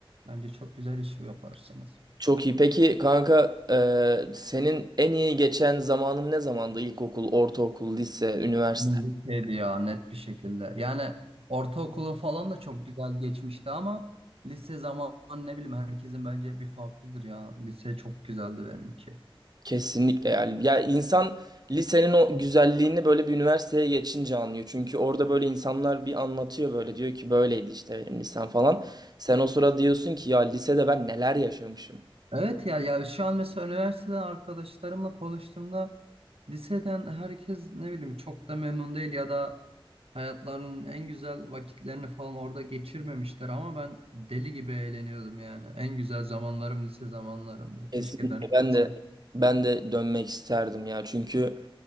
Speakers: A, on the right (about 80°); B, on the right (about 45°).
A: Bence çok güzel iş yaparsınız.
B: Çok iyi. Peki kanka e, senin en iyi geçen zamanın ne zamandı? İlkokul, ortaokul, lise, üniversite?
A: Lisedeydi ya net bir şekilde. Yani ortaokulun falan da çok güzel geçmişti ama lise zamanı ne bileyim herkesin bence bir farklıdır ya. Lise çok güzeldi benimki.
B: Kesinlikle yani. Ya insan lisenin o güzelliğini böyle bir üniversiteye geçince anlıyor. Çünkü orada böyle insanlar bir anlatıyor böyle diyor ki böyleydi işte benim lisem falan. Sen o sırada diyorsun ki ya lisede ben neler yaşamışım.
A: Evet ya ya şu an mesela üniversiteden arkadaşlarımla konuştuğumda liseden herkes ne bileyim çok da memnun değil ya da hayatlarının en güzel vakitlerini falan orada geçirmemişler ama ben deli gibi eğleniyordum yani. En güzel zamanlarım lise zamanlarımdı. Keşke
B: Kesinlikle
A: dönüp
B: ben
A: gitsem.
B: de ben de dönmek isterdim ya. Çünkü